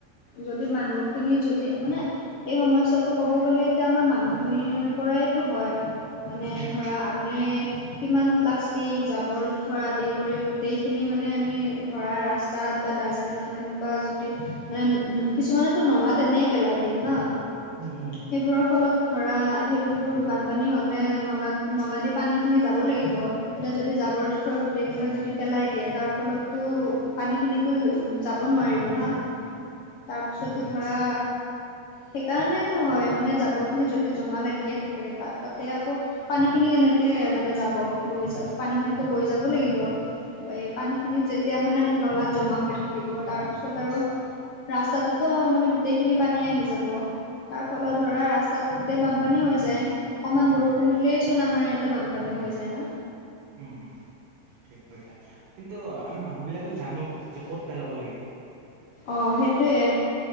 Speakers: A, on the left; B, on the right.
A: যদি মানুহ খিনি যদি মানে এই সময়ছোৱাত তো ক'ব গ'লে এতিয়া আমাৰ মানুহখিনিৰ পৰাইতো হয়, মানে
B: উম,
A: ধৰা আমিয়ে কিমান প্লাষ্টিক, জাবৰ-জোথৰ আদি কৰি গোটেইখিনি মানে মি ধৰা ৰাস্তাত বা ডাষ্টবিনত এনেকুৱা যদি, মানে কিছুমানততু নলাত এনে পেলাই দিয় ন।
B: উম উম উম।
A: সেইবোৰৰ ফলত ধৰা সেইবোৰ বানপানী হ'লে নলাত-নলা'দি পানীখিনি যাব লাগিব এতিয়া যদি জাবৰ-জোথৰ গোটেই বিলাক যদি পেলাই দিয়ে তাৰ ফলত তু পানী খিনিতু যাব নোৱাৰিব ন, তাৰপিছতো
B: উম, উম,
A: ধৰা সেইকাৰণেতো হয়, মানে জাবৰ খিনি যদি জমা লাগিয়ে থাকে, তাতে আকৌ পানীখিনি কেনেকে মানে যাব, বৈ যা পানীখিনিতো বৈ যাব লাগিব, এই খিনিত
B: হা,
A: যেতিয়া মানে নলাত জমা হৈ থাকিব তাৰপিছত আৰু ৰাস্তাটোতো মানে গোটেইখিনি পানী আহি যাব। তাৰ ফলত ধৰা ৰাস্তাত গোটেই বানপানী হৈ যায়। অকমান বৰষুণ দিলেই চোন আমাৰ ইয়াতে বানপানী হৈ যায় না।
B: উম, উম, ঠিক কৈছা কিন্তু আমি মানুহবিলাকেও জানো যে ক'ত পেলাব লাগে।
A: অ' সেইটোয়ে।